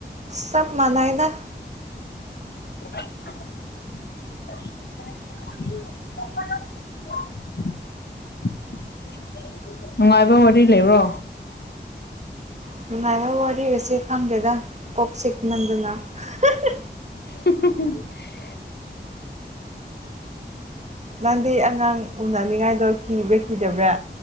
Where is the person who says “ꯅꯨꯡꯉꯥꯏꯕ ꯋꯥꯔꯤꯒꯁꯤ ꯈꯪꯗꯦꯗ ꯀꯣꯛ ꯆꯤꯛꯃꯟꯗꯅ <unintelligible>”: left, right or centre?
Right